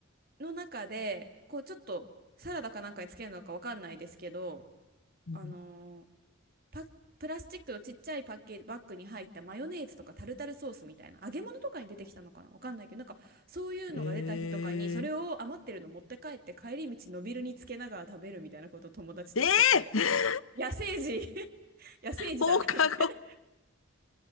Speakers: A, on the right; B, on the left.
A: の中で、こう、ちょっと、サラダかなんかにつけるのかわかんないですけど、
B: うん。
A: あのーパ、プラスチックのちっちゃいパッケージ、バッグに入ったマヨネーズとかタルタルソースみたいな、揚げ物とかに出てきたのかなわかんないけど、なんか、そういうのが出た日とかに、
B: ええ
A: それを余ってるの持って帰って、帰り道、のびるにつけながら食べるみたいなことを友達としてて。
B: ええ
A: 野生児 <laughs> 野生児だなみたいな
B: 放課後、